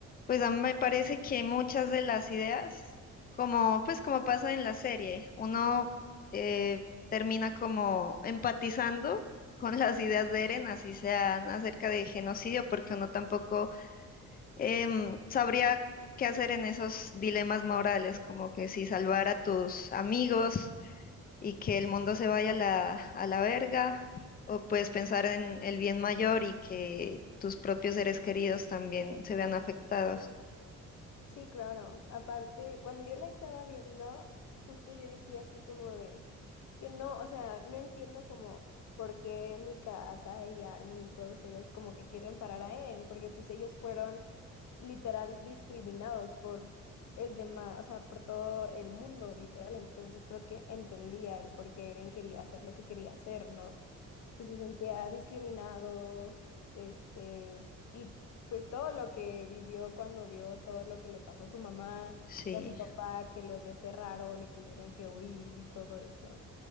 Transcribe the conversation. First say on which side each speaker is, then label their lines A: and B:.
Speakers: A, on the left; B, on the left.
A: Pues a mí me parece que muchas de las ideas, como pues como pasa en la serie, uno eh, termina como empatizando con las ideas de Eren, así sean acerca de genocidio, porque uno tampoco em, sabría qué hacer en esos dilemas morales, como que si salvar a tus amigos y que el mundo se vaya a la, a la verga, o puedes pensar en el bien mayor y que tus propios seres queridos también se vean afectados.
B: Sí, claro. Aparte, cuando yo la estaba viendo, justo yo decía así como de, es que no, o sea, no entiendo como por qué Mikasa y Armin y todos ellos como que quieren parar a Eren, porque pues ellos fueron literal discriminados por el demás, o sea, por todo el mundo, literal. Entonces creo que entendía el por qué Eren quería hacer lo que quería hacer, ¿no? pues se sentía discriminado, este, y pues todo lo que vivió cuando vio todo lo que le pasó a su mamá
A: Sí.
B: y a su papá, que los desterraron y tuvieron que huir y todo esto.